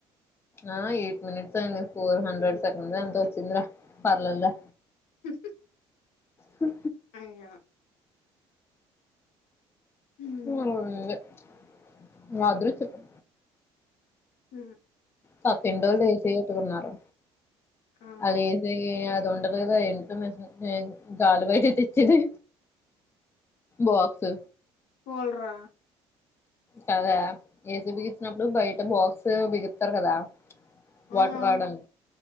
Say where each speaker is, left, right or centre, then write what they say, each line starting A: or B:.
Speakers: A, on the left (about 20°); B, on the left (about 70°).
A: ఆ ఎయిట్ మినిట్సే అయింది ఫోర్ హండ్రెడ్ సెకండ్ ఎంత ఒచ్చిందిరా పర్లేదులె
B: హుహ్
A: హ
B: అయ్యో! హ్మ్.
A: <unintelligible> మా అదృష్టం
B: అ
A: పక్కింటోల్ లేస్ ఏయించుకున్నారు.
B: ఆ!
A: అదేసీ అది ఉండదు గదా ఎంటనే గాల్ బయట తెచ్చింది. బాక్స్
B: ఓల్రా
A: కదా ఏసీ బిగిచినప్పుడు బయట బాక్స్ బిగిస్తార్ కదా
B: ఆ! అవును.
A: వాటర్ రావడాన్